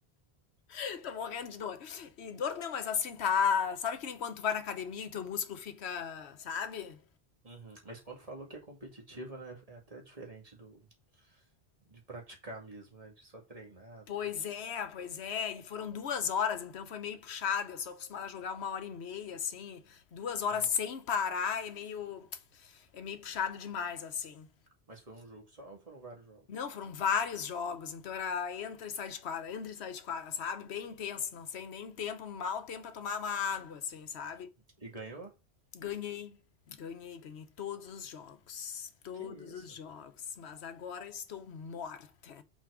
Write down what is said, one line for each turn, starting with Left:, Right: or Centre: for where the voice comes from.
Left: <laughs> tô morrendo de dor. E dor não, mas assim, tá. Sabe que nem quando tu vai na academia e teu músculo fica, sabe?
Right: Uhum. Mas quando falou que é competitivo, né? É até diferente do de praticar mesmo, né? De só treinar,
Left: Pois
Right: tudo.
Left: é, pois é. E foram duas horas, então foi meio puxado. Eu sou acostumada a jogar uma hora e meia, assim. Duas horas
Right: Uhum.
Left: sem parar é meio. É meio puxado demais, assim.
Right: Mas foi um jogo só ou foram vários jogos?
Left: Não, foram vários jogos, então era entra e sai de quadra, entra e sai de quadra, sabe? Bem intenso, não sei nem tempo, mal tempo pra tomar uma água, assim, sabe?
Right: E ganhou?
Left: Ganhei, ganhei, ganhei todos os jogos, todos
Right: Que isso?
Left: os jogos, mas agora estou morta.